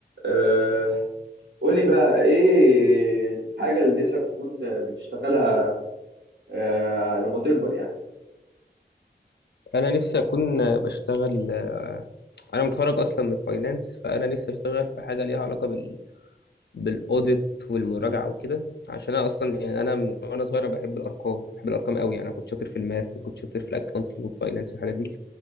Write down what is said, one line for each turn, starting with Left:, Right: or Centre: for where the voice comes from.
Right: أه قول لي بقى ايه الحاجة اللي نفسك تكون بتشتغلها أه لما تكبر يعني
Left: انا نفسي اكون بشتغل انا متخرج اصلا من فاينانس فانا نفسي اشتغل في حاجه ليها علاقه بال بالاوديت والمراجعه وكده عشان انا اصلا يعني انا من وانا صغير أنا بحب الارقام بحب الارقام قوي يعني انا كنت شاطر في الماث وكنت شاطر في الاكونتنج والفاينانس والحاجات دي